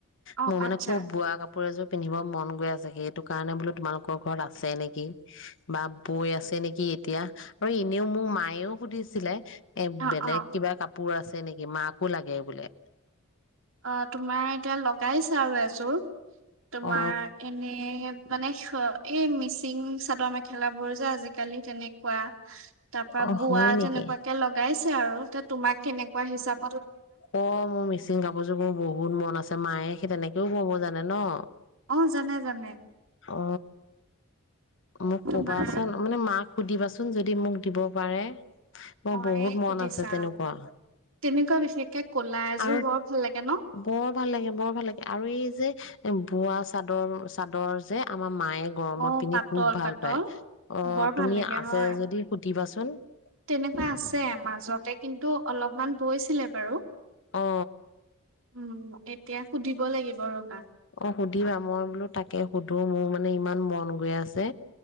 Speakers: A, on the right; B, on the left.
A: অ',
B: মোৰ মানে
A: আচ্ছা।
B: খুব বোৱা কাপোৰ এযোৰ পিন্ধিব মন গৈ আছে সেইটো কাৰণে বোলো তোমালোকৰ ঘৰত আছে নেকি বা বৈ আছে নেকি এতিয়া আৰু এনেও মোৰ মায়েও সুধিছিলে এ
A: অ',
B: বেলেগ
A: অ',
B: কিবা কাপ পোৰ আছে নেকি মাকো লাগে বোলে
A: অ', তোমাৰ এতিয়া লগাইছা আৰু এযোৰ। তোমাৰ
B: অ
A: এনেই মানে এই মিচিং চাদৰ মেখেলা বোৰ যে আজিকালি তেনেকুৱা। তৰপা
B: অ
A: বোৱা
B: হয় নেকি
A: তেনেকুৱাকে লগাইছে আৰু তোমাক কেনেকুৱা হিচাপ
B: অ মোৰ মিচিং কাপোৰযোৰ বোৰ বহুত মন আছে মায়ে সেই তেনেকেও বব জানে ন
A: অ', জানে জানে।
B: অ মোক কবাচোন
A: তোমাৰ
B: মানে মাক সুধিবাচোন কোন যদি মোক দিব পাৰে মোৰ
A: মই
B: বহুত মন
A: সুধিছা
B: আছে তেনেকুৱা
A: তেনেকুৱা বিশেষকে ক'লা এযোৰ
B: আৰু
A: বৰ ভাল লাগে ন?
B: বৰ ভাল লাগে বৰ ভাল লাগে আৰু এই যে এ বোৱা চাদৰ চাদৰ যে আমাৰ মায়ে গৰমত
A: অ',
B: পিন্ধি
A: পাতল
B: খুব ভাল
A: পাতল
B: পায় অ',
A: বৰ
B: তুমি
A: ভাল লাগে
B: আছে
A: হয়।
B: যদি সুধিবাচোন। হ <inaudible>
A: তেনেকুৱা আছে মাজতে কিন্তু অলপমান বৈছিলে বাৰু
B: অ
A: উম এতিয়া সুধিব লাগিব ৰব
B: অ', সুধিবা। মই বোলো তাকে সুধোঁ, মোৰ মানে ইমান মন গৈ আছে।